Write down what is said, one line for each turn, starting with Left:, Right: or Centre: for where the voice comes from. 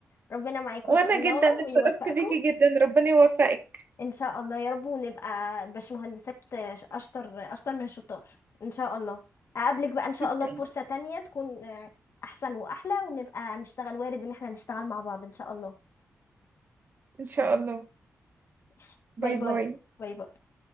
Left: ربنا معاكم
Right: وانا
Left: ان شاء الله
Right: جدا اتشرفت
Left: ويوفقكم
Right: بيكي جدا ربنا يوفقك
Left: ان شاء الله يا رب ونبقى باشمهندسات اشطر اشطر من الشطار ان شاء الله اقابلك بقى ان
Right: شكرا
Left: شاء الله في فرصة تانية تكون آه، احسن واحلى ونبقى نشتغل وارد ان احنا نشتغل مع بعض ان شاء الله
Right: ان شاء الله
Left: ماشي. باي
Right: باي
Left: باي
Right: باي
Left: باي باي